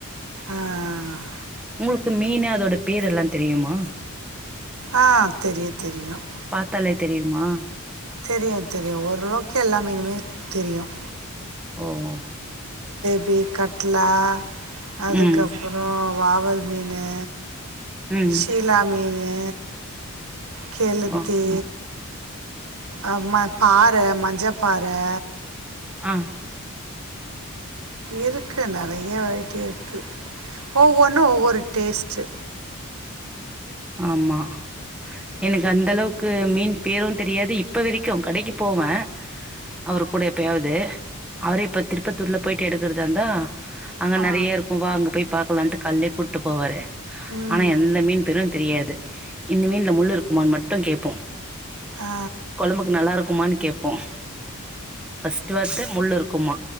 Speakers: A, on the right (about 75°); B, in the centre.
A: ஆஹ் ஆஹ் ஹ்
B: உங்களுக்கு மீன் அதோட பேரு எல்லாம் தெரியுமா
A: ஆஹ் தெரியும் தெரியும்
B: பாத்தாலே தெரியுமா
A: தெரியும் தெரியும் ஓரளவுக்கு எல்லா மீனுமே தெரியும்
B: ஓஓ
A: பி கட்டலா அதுக்கப்புறம்
B: ம்
A: வாவல் மீனு
B: ம்
A: சீலா மீனு கெலத்தி
B: ஓ
A: ஆஹ் ம பாறை மஞ்சப் பாறை
B: ஆஹ்
A: இருக்கு நிறைய வெரைட்டி இருக்கு ஒவ்வொன்னும் ஒவ்வொரு டேஸ்ட்டு
B: ஆமா எனக்கு அந்தளவுக்கு மீன் பேரும் தெரியாது இப்ப வரைக்கும் கடைக்கு போவேன் அவரு கூட எப்பயாவது அவரே இப்போ திருப்பத்தூரில் போய்ட்டு எடுக்கறதா இந்தா அங்க
A: ஆ
B: நறைய இருக்கும் வா அங்க போய் பாக்கலாம்னுட்டு கால்லேகூப்புட்டு போவாறு
A: ம்
B: ஆனா எந்த மீன் பேரும் தெரியாது இந்த மீன்ல முள்ளு இருக்குமான்னு மட்டும் கேட்போம்
A: ஆ
B: குழம்புக்கு நல்லா இருக் குமானு கேப் போம் ஃபர்ஸ்ட் வார்த்த முள் இருக்குமா